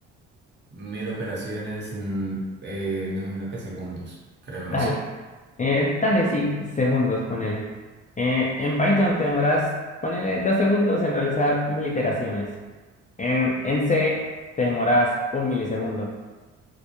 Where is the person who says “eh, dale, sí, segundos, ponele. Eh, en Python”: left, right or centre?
Left